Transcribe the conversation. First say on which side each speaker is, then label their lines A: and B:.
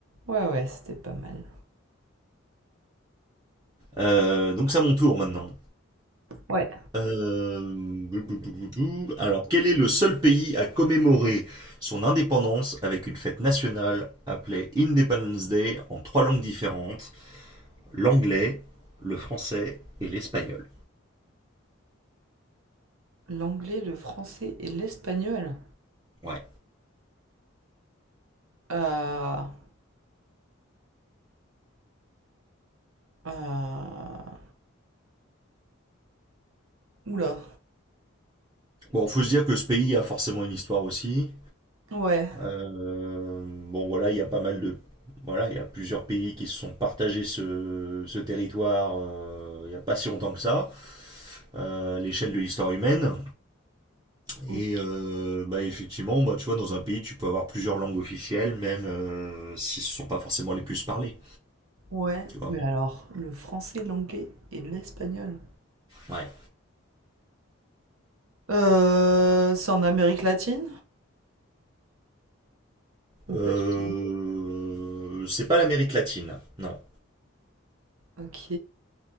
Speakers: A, on the right; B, on the right.
A: Ouais, ouais, c'était pas mal.
B: Euh, donc c'est à mon tour maintenant.
A: Ouais.
B: Euh, bou, bou, bou, bou, bou. Alors, quel est le seul pays à commémorer son indépendance avec une fête nationale appelée Independence Day en trois langues différentes, l'anglais, le français et l'espagnol?
A: L'anglais, le français et l'espagnol.
B: Ouais.
A: Ah, ah. Oula.
B: Bon, faut se dire que ce pays a forcément une histoire aussi.
A: Ouais.
B: Euh, bon, voilà, il y a pas mal de... Voilà, il y a plusieurs pays qui se sont partagés ce, ce territoire euh, il n'y a pas si longtemps que ça. euh, à l'échelle de l'histoire humaine.
A: Ok.
B: Et euh, bah, effectivement, bah, tu vois, dans un pays, tu peux avoir plusieurs langues officielles, même euh, si ce ne sont pas forcément les plus parlées.
A: Ouais,
B: Tu vois.
A: mais
B: mais-
A: alors, le français, l'anglais et l'espagnol.
B: Ouais.
A: Euh, c'est en Amérique latine? Ou
B: Euh,
A: pas du tout?
B: c'est pas l'Amérique latine, non.
A: Ok.